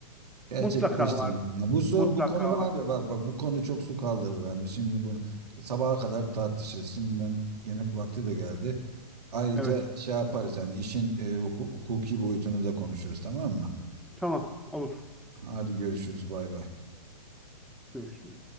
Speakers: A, on the right (about 75°); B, in the centre.
A: gerçekleştirmek.
B: mutlaka vardır,
A: Yani bu su,
B: Mutlaka
A: bu konu
B: var.
A: abi bak bak bu konu çok su kaldırır. Yani biz şimdi bu sabaha kadar tartışırız. Şimdi ben yemek vakti de geldi. Ayrıca
B: Evet.
A: şey yaparız yani işin e, huku- hukuki boyutunu da konuşuruz tamam mı?
B: Tamam. Olur.
A: Hadi görüşürüz bay bay.
B: Görüşürüz.